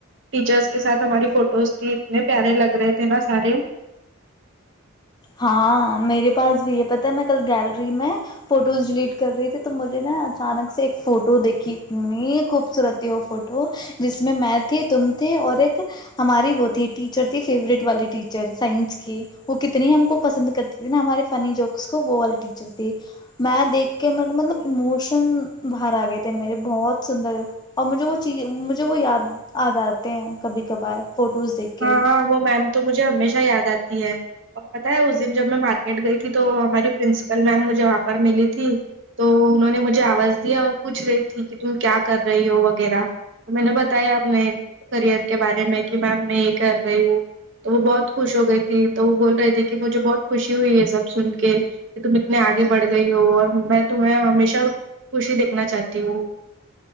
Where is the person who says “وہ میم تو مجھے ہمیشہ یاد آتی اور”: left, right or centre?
Right